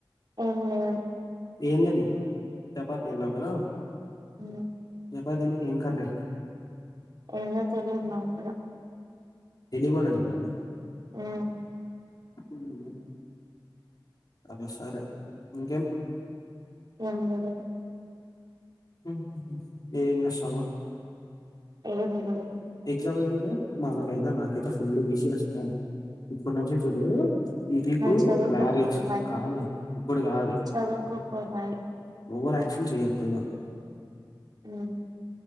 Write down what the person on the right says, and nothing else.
ఏం లేదు
హుమ్
ఏందో తెలియదు నాక్కూడ
ఆ
ఏం లేగదు
ఏ విను
నువ్వు చదువుకోపో
బాయ్
చదువుకోపో బాయ్
ఉమ్